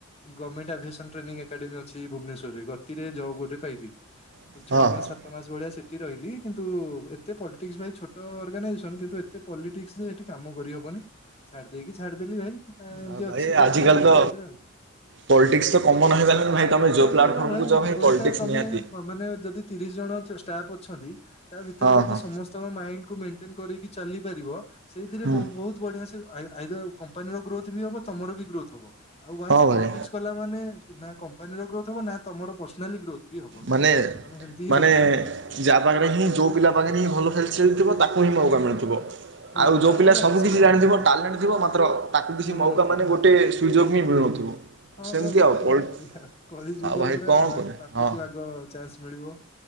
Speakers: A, on the left (about 30°); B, on the right (about 55°).
A: ଗଭର୍ଣ୍ଣମେଣ୍ଟ ଆଭିଏସ ଟ୍ରେନିଂ ଏକାଡେମୀ ଅଛି ଭୁବନେଶ୍ୱରରେ ଗତିରେ ଜବ୍ ଗଟେ ପାଇଲି
B: ହଁ।
A: ଛଅ ମାସ ସାତ ମାସ ଭଳିଆ ସେଠି ରହିଲି କିନ୍ତୁ ଏତେ ପଲିଟିକ୍ସ ଭାଇ ଛୋଟ ଅର୍ଗାନାଇଜେସନ କିନ୍ତୁ ଏତେ ପଲିଟିକ୍ସ ରେ ସେଠି କାମ କରିହବନି ଛାଡି ଦେଇକି ଛାଡିଦେଲି ଭାଇ ତା ଏମିତି
B: ଆଉ ଭାଇ
A: ଅଛି
B: ଆଜିକାଲି
A: ପରେ ଅଲଗା
B: ତ
A: ଫେଦରେ ଆଉ <inaudible>
B: ପଲିଟିକ୍ସ ତ କମନ ହେଇଗଲାଣିି ଭାଇ ତମେ ଜୋଉ
A: ଏଇ
B: ପ୍ଲାଟଫର୍ମକୁ
A: ବା
B: ଯାଅ ଭାଇ
A: ଓଲଟା
B: ପଲିଟ୍ସ
A: ତମେ
B: ନିହାତି
A: ମାନେ ଯଦି ତିରିଶ ଜଣ ଷ୍ଟାଫ ଅଛନ୍ତି ତା ଭିତରେ
B: ହଁ
A: ଯଦି
B: ହଁ
A: ସମ ତମ ମାଇଣ୍ଡିକୁ ମେଣ୍ଟନ କରିକି ଚାଲିପାରିବ ସେଇଥିରେ
B: ହୁଁ
A: ବହୁତ ବଢିଆସେ ଆଇଦର କମ୍ପାନୀର ଗ୍ରୋଥ ବି ହବ ତମର ବି ଗ୍ରୋଥବ ଆଉ ୱାନ୍ସ
B: ହଁ
A: ପଲିଟିକ୍ସ
B: ଭାଇ।
A: କଲା ମାନେ ନା କମ୍ପାନୀର ଗ୍ରୋଥ ହବ ନା ତମର ପର୍ସନାଲି ଗ୍ରୋଥ ବି ହବନି।
B: ମାନେ
A: ତମେ ହେମିତି ହିଁ
B: ମାନେ
A: ରହିବ
B: ଯାହା ପାଖରେ ହିଁ ଯେଉଁ ପିଲା ପାଖରେ ହିଁ ଭଲ ଫେଲସ ଖେଳିଥିବ ତାକୁ ହିଁ ମୌକା ମିଳୁଥିବ
A: ଠିକ
B: ଆଉ
A: ହଁ
B: ଯୋଉ ପିଲା
A: ପରା
B: ସବୁ
A: ସତ
B: କିଛି ଜାଣିଥିବ
A: କଥା ଭାଇ
B: ଟ୍ୟାଲେଣ୍ଟ ଥିବ ମାତ୍ର ତାକୁ କିଛି
A: ନଉନଥିବ
B: ମୌକା ମାନେ ଗୋଟେ ସୁଯୋଗ ବି ମିଳୁନଥିବ
A: ହଁ
B: ସେମିତି
A: ବା ଭାଇ
B: ଆଉ
A: କଣ
B: ପଲ୍
A: କରିବା କଳି ଯୁଗ
B: ଆଉ ଭାଇ
A: ପରା
B: କଣ
A: ପାପକୁ
B: କରେ ହଁ।
A: ଆଗ ଚାନ୍ସ ମିଳିବ